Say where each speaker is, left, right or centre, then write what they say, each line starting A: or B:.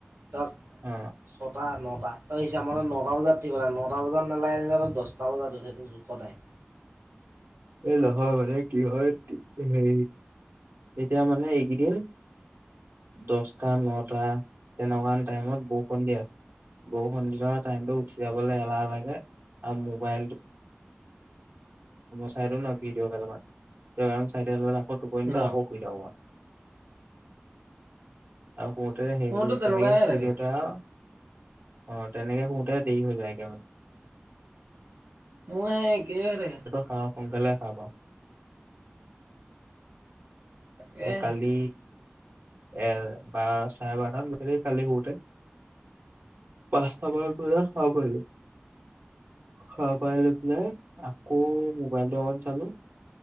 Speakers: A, on the right (about 75°); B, on the right (about 55°).
A: তেওঁক
B: অ
A: ছটা ন- প হিচাপানে ন নটা বজাত থঠিব লাগাই নটা বজাত নেলাগিব আহিব দহটা বজাত উ সেইটো জোখ টাইম।
B: লৰ ব কি হয় হে এতিয়া মানে এইকেইদিন দছটা, নটা তেনেকুৱা টাইমত বৰষুণ দি, আহ বৰষুণ দি থকা টাইমতটো উঠি যাবলৈ এলাহ লাগে, আৰু মোবাইলটো চাইও ন ভি' গান চাই টোপনি
A: ন
B: ধৰে আকৌ হুই থাকোঁ মই। আৰু পতে সেইব
A: মোৰতো তেনেকুৱাই
B: তেনেকে
A: হৈ
B: শুই
A: থাকে
B: দেওঁততে আৰু আহ তেনেকে শুতে দেৰি হৈ যায়গে অৱ
A: <unintelligible>
B: খাওঁ সোনকালে খা পাওঁ
A: তাকেহে
B: এ কালি এ বাৰ চাৰে বাৰটাম ব কালি সুৰতে পাঁচটা বান খাব পালো, হা পাই লৈ পেলাই আকৌ মোবাইলটো অকণ চালো